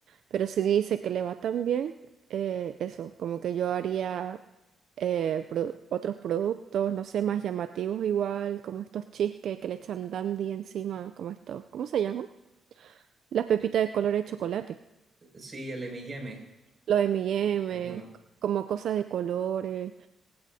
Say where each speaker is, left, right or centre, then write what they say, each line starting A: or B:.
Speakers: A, on the right (about 70°); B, on the right (about 35°).
A: Pero si dice que le va tan bien, eh, eso, como que yo haría eh, pro- otros productos, no sé, más llamativos igual, como estos cheesecake que le echan dandy encima, como estos, ¿cómo se llaman? Las pepitas
B: Eh,
A: de color de chocolate.
B: eh, Sí, el M&M.
A: Lo de M&M,
B: Ajá,
A: c- como cosas de colores.